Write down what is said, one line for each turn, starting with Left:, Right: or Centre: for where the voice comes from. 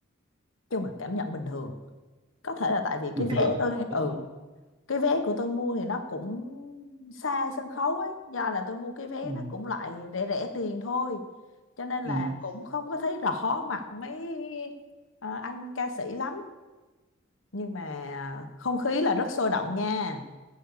Left: chung là cảm nhận bình thường có thể là tại vì cái
Right: bình
Left: vé
Right: thường.
Left: tôi
Right: Ồ,
Left: ừ cái vé của tôi mua thì nó cũng xa sân khấu ấy do là tôi mua cái vé
Right: ừ,
Left: nó cũng loại rẻ rẻ tiền thôi cho nên
Right: ừ.
Left: là cũng không có thấy rõ mặt mấy ờ, anh ca sĩ lắm nhưng mà không khí là rất sôi động nha